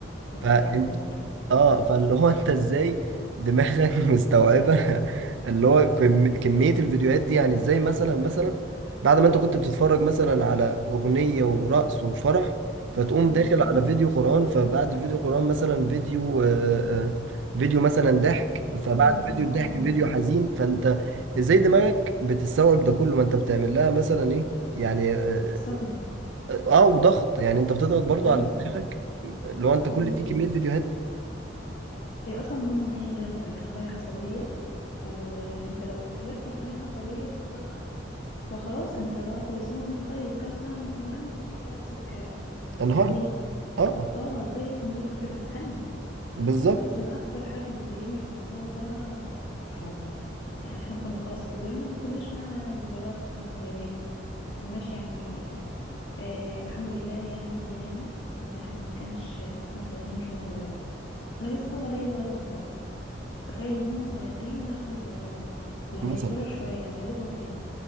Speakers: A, on the left (about 75°); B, on the right (about 75°).
A: يا ساتر
B: فأنت
A: يا رب
B: اه فاللي هو انت ازاي دماغك <laughs> مستوعبة اللي هو كم- كمية الفيديوهات دي يعني ازاي مثلا مثلا بعد ما انت كنت بتتفرج مثلا على اغنية ورقص وفرح فتقوم
A: مم.
B: داخل
A: مم.
B: على فيديو قرآن فبعد الفيديو قرآن مثلا فيديو آه، آه، فيديو مثلا ضحك
A: كوميدي
B: فبعد فيديو
A: مثلا
B: الضحك
A: آه آه
B: فيديو حزين فانت ازاي دماغك بتستوعب ده كله ما انت بتعمل لها مثلا ايه يعني اه
A: صدمة
B: آه، آه، وضغط يعني انت بتضغط برضو
A: أيوة
B: على دماغك اللي هو انت
A: مم.
B: كل دي كمية
A: مم.
B: فيديوهات
A: هي أصلا دماغنا إيه غير خلايا عصبية وأنت لو أهلكت الخلايا العصبية دي بسرعة فخلاص أنت بقى كل سنة وأنت طيب كام سنة كمان وهتلاقي نفسك آه،
B: انهارت
A: هنجت
B: اه
A: آه زي الكمبيوتر كده هتهنج
B: بالظبط
A: بس أنا أكتر حاجة بتضايقني في الموضوع ده الأطفال يعني احنا كنا خلاص كبرنا وما كناش معانا موبايلات واحنا صغيرين ما كناش يعني آه الحمد لله يعني دي نعمة ان احنا ما كانش واحنا صغيرين في موبايلات انا بيصعب عليا بقى الاطفال تخيلوا وهم صغيرين دخلوا الدوامة دي لما
B: مثلا
A: يكبروا شوية هيروحوا فين